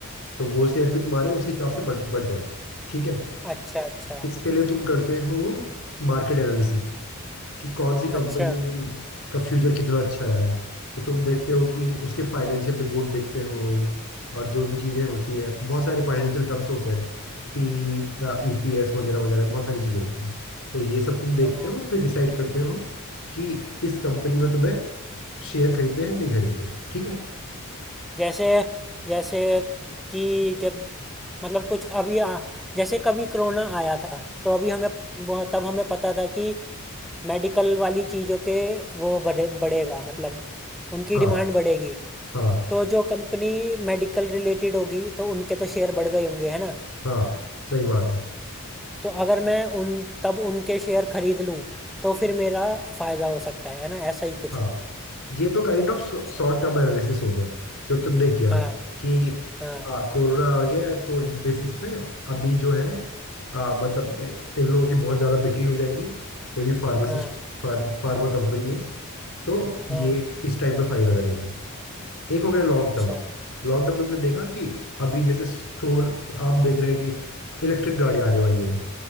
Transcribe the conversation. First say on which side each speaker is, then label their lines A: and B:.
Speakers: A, on the left (about 70°); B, in the centre.
A: तो वो शेयर भी तुम्हारे उसी हिसाब से बढ़ बढ़ जाएंगे ठीक है
B: अच्छा अच्छा
A: उसके लिए तुम करते हो मार्केट एनालिसिस कि कौन सी कंपनी
B: अच्छा
A: की का फ्यूचर कितना अच्छा है तो तुम देखते हो कि उसके फाइनेंशियल रिपोर्ट देखते हो और जो भी चीज़ें होती है बहुत सारे फाइनेंशियल टर्म्स होते हैं पी ई पी एस वगैरह वगैरह बहुत सारी चीज़ें होती हैं तो ये सब तुम देखते
B: हाँ
A: हो और फिर डिसाइड करते हो कि इस कंपनी में तुम्हें शेयर खरीदने हैं नहीं खरीदने हैं ठीक है
B: जैसे जैसे कि जब मतलब कुछ अभी आ, जैसे कभी कोरोना आया था तो अभी हमें वो तब हमें पता था कि मेडिकल वाली चीज़ों के वो बढ़े बढ़ेगा मतलब उनकी
A: हाँ
B: डिमांड बढ़ेगी
A: हाँ
B: तो जो कंपनी मेडिकल रिलेटेड होगी तो उनके तो शेयर बढ़ गए होंगे है ना
A: हाँ सही बात है
B: तो अगर मैं उन तब उनके शेयर खरीद लूँ तो फिर मेरा फायदा हो सकता है है ना ऐसा ही कुछ
A: हाँ ये तो kind of
B: अच्छा
A: short term analysis हो गया जो तुमने किया
B: हाँ
A: कि
B: हाँ
A: आ, कोरोना आ गया है तो इस बेसिस पे अभी जो है आ, मतलब इ- इन लोगों की बहुत ज़्यादा बिक्री हो जाएगी कोई भी फार्मासिस्ट
B: हाँ
A: फार्म फार्मा कंपनी है तो ये
B: हाँ
A: इस टाइम पे फायदा करेंगे एक हो गया लॉन्ग
B: अच्छा
A: टर्म लॉन्ग टर्म तुमने देखा कि अभी जैसे सोल हम देख रहे हैं कि इलेक्ट्रिक गाड़ी आने वाली है